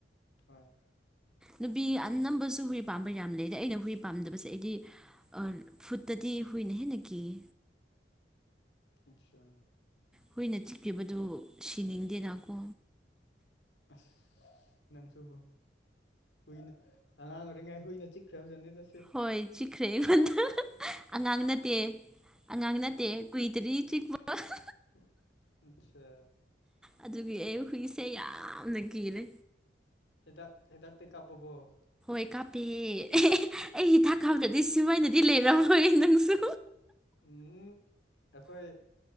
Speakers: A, on the left; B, in the centre.
A: ꯍꯣꯏ
B: ꯅꯨꯄꯤ ꯑꯅꯝꯕꯁꯨ ꯍꯨꯏ ꯄꯥꯝꯕ ꯌꯥꯝ ꯂꯩꯗ ꯑꯩꯅ ꯍꯨꯏ ꯄꯥꯝꯗꯕꯁꯦ ꯑꯩꯗꯤ ꯑꯥ ꯐꯨꯠꯇꯗꯤ ꯍꯨꯢꯅ ꯍꯦꯟꯅ ꯀꯤꯌꯦ
A: ꯑꯠꯁꯥ
B: ꯍꯨꯏꯅ ꯆꯤꯛꯈꯤꯕꯗꯨ ꯁꯤꯅꯤꯡꯗꯦꯅꯀꯣ
A: ꯑꯁ ꯅꯪꯁꯨꯕ ꯍꯨꯏꯅ ꯑꯉꯥꯡ ꯑꯣꯏꯔꯤꯉꯩ ꯍꯨꯏꯅ ꯆꯤꯛꯈ꯭ꯔꯦꯕꯖꯥꯠꯅꯤꯗ
B: ꯍꯣꯏ ꯆꯤꯛꯈ꯭ꯔꯦ ꯑꯩꯉꯣꯟꯗ ꯑꯉꯥꯡ ꯅꯠꯇꯦ ꯑꯉꯥꯡ ꯅꯠ ꯇꯦ ꯀꯨꯢꯗꯔꯤ ꯆꯤꯛꯄ ꯑ ꯍ
A: ꯎ ꯑꯁꯥ
B: ꯑꯗꯨꯒꯤ ꯑꯩ ꯍꯨꯏꯁꯦ ꯌꯥꯝꯅ ꯀꯤꯔꯦ
A: ꯍꯤꯗꯥꯛ ꯍꯤꯗꯥꯛ ꯇꯤ ꯀꯥꯞꯄꯕꯣ
B: ꯀꯥꯄꯦꯍꯦ ꯑꯖꯦꯍꯦ ꯑꯩ ꯍꯤꯗꯥꯛ ꯀꯥꯞꯇ꯭ꯔꯗꯤ ꯁꯨꯃꯥꯢꯅꯗꯤ ꯂꯩꯔꯝꯃꯣꯏꯍꯦ ꯅꯪꯁꯨ
A: ꯑꯝ ꯑꯩꯈꯣꯏ